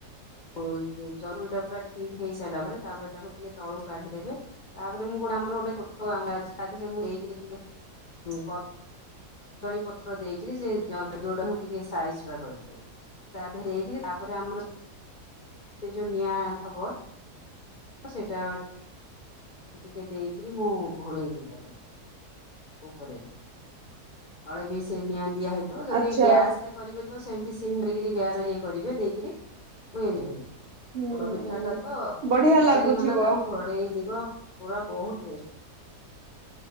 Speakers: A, on the left; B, on the right.
A: <unintelligible> ଟା ପୁରା ଠିକ୍ ହେଇସାରିଲା ପରେ ତାପରେ ତାକୁ ଟିକେ ତଳୁକୁ କାଢିଦେବେ। ତାପରେ ମୁଁ ଗୋଟେ ଆମର ଗୋଟେ ଛୋଟ <unintelligible> ଅଛି, ତା ଦେରେ ମୁଁ <unintelligible> ଟିକେ କ ଦଳି ପତ୍ର ଦେଇକିରି ସେ ଜନ୍ତୁଅ ଟାକୁ ମୁଁ ଟିକେ ସାଇଜ୍ <unintelligible> କରିଦିଏ। ତା ଧେରେ ଦେଇକିରି ତାପରେ ଆମର ସେ ଯୋଉ ନିଆଁ ଥବ ସେଇଟା ଟିକେ ଦେଇକରି ମୁଁ ଘୋଡ଼େଇ ଦିଏ ତାକୁ। ଉପରେ, ତଳେ ବି ସେ ନିଆଁ ଦିଆ ହେଇଥିବ ଯଦି
B: ଆଚ୍ଛା
A: ଗ୍ୟାସ୍ ରେ କରିବେ ତ ସେମ୍ତି ସିମ୍ କରିକିରି କରିବେ ଦେଇକରି <inaudible>
B: ହୁଁ।
A: ପୋଡ ପିଠାଟା ତ
B: ବଢିଆ
A: ଦି
B: ଲାଗୁଥିବ
A: ଚାରି ଘଣ୍ଟା ତାକୁ ଘୋଡ଼େଇ <unintelligible> ପୁରା ବହୁତ୍ ଟେଷ୍ଟ୍।